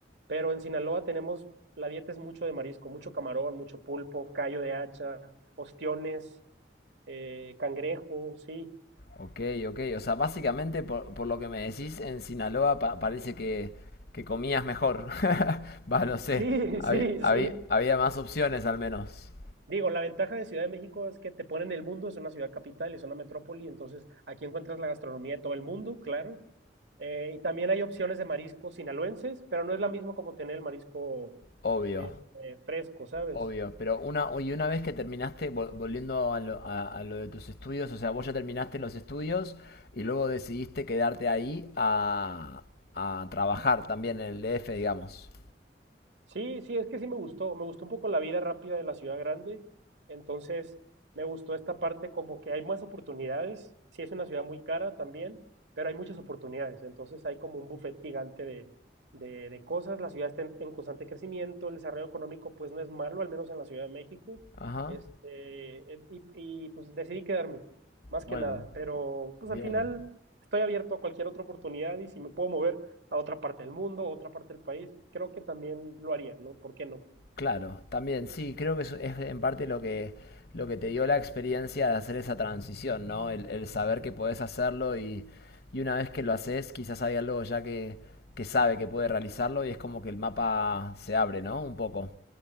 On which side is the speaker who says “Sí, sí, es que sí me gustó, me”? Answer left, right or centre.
Right